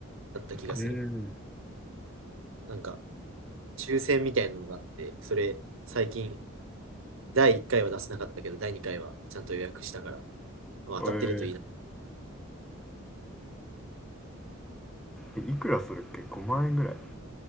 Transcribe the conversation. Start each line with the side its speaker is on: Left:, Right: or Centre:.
Right: だった気がする。
Centre: うん。
Right: なんか抽選みたいなのがあって、それ最近第1回は出せなかったけど、第2回はちゃんと予約したから、まあ、当たってるといいな。
Centre: えーえいくらするっけ ?5 万円ぐらい。